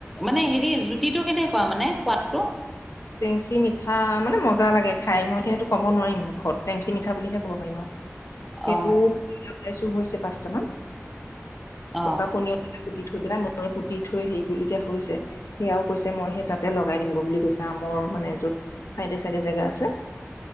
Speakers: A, in the centre; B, on the left.
A: মানে হেৰি জুতিটো কেনেকুৱা মানে সোৱাদটো?
B: টেংচি- মিঠা মানে মজা লাগে খাই মই এতিয়া সেইটো ক'ব নোৱাৰিম মুখত টেংচি -মিঠা বুলিহে ক'ব পাৰিম আৰু। সেইটো
A: অ
B: লগাইছো <unintelligible>
A: অ
B: পকা পনিয়ল <unintelligible> পুতি থৈ পেলাই মই পুতি থৈ হেৰি কৰিলো এতিয়া হৈছে সেয়াও কৈছে মই সেই তাতে লগাই দিম গৈ বুলি কৈছে। কামৰ মানে যত চাইডে -চাইডে জেগা আছে।